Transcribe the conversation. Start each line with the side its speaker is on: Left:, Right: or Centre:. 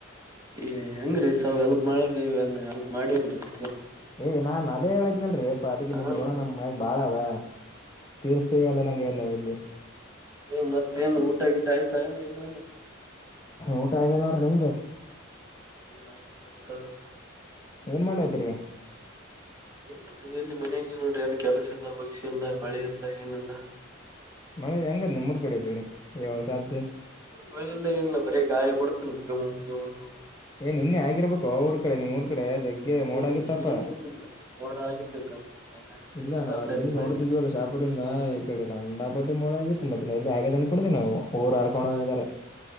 Right: ಏ ಹೆಂಗ್ರೀ ಸಾವ್ ಎಲ್ಪ್ ಮಾಡಲ್ರಿಏನ್ ಎಲ್ಪ್ ಮಾಡವಲ್ರರಿ
Left: ಏ ನಾನ್ ಅದೇ ಹೇಳದ್ನಲ್ರೀ ಅಪ್ಪ ಅದಕ್ಕೆ
Right: ಹಾ
Left: ನಿಮ್ ಋಣ ನಮ್ ಮ್ಯಾಗ ಬಾಳ ಅದ ತೀರ್ಸ್ತೀವಿ ಅಲ್ಲ ನಂಗಗೆೇ ನವು ಇಲ್ಲಿ
Right: ನೀ ಮತ್ತೇಏನ್ ಊಟ ಗಿಟ ಆಯ್ತಾ ಇಲ್ಲ ಇನು
Left: ಊಟ ಹಾಗೆ ನೋಡ್ರಿ ನಿಮ್ದೆ
Right: ನಮ ನಿದ್ರೆ ಊಟ ಅದೆಲ್ಲ
Left: ಏನ್ ಮಾಡ್ಲತ್ರಿ
Right: ಏನ ಇಲ್ಲಿ ಮನಾಗ ನೋಡ್ರಿ ಏನ್ ಕೆಲಸ ಇಲ್ಲ ಭವಿಷ್ಯ ಇಲ್ಲ ಮಳೆ ಇಲ್ಲ ಏನಲ್ಲ
Left: ಮಳೆ ಹೆಂಗಾದ್ ನಿಮ ಮೂರ್ ಕಡೆ ಕಡೆ ಯಾವ ಸಾದ್ದು
Right: ಮಲ್ಲ ಏನು ಬರ ಗಾಯಿ ಪಡ್ತ ಗವು ಕೆ ಕೆ
Left: ಏ ನಿನ್ನೆ ಆಗಿರ್ಬೇಕು ಅವ್ರ ಕಡೆ ನೀವುರು ಡೆ ಜಗ್ಗೆ
Right: ಏ
Left: ಮೋಡ
Right: ಏನಿಲ್ಲ
Left: ಆಗತ್ತಪ್ಪ
Right: ಮೋಡ ಆಗಿತ್ತು ಸ ಹಂಗೆ
Left: ಇಲ್ಲ
Right: ಬರ್ಲಿಲ್ಲ
Left: ನಾವ ಅಲ್ಲಿಂದ
Right: ಮಳಿನೆ
Left: ನೋಡಿದ ಇಲ್ಲ ಶಾಪುರಿಂದ ಈ ಕಡೆ ಗಂಡಾಪಟ್ಟಿ ಮೂಳ ಆಗಿತ್ತು ಮತ್ತೆಲ್ಲಿ ಆಗದನ ಕುಡಿದೀವಿ ನಾವು ಊರು ಆರ್ಕೊಂಡು ಹೋಗಾರೆ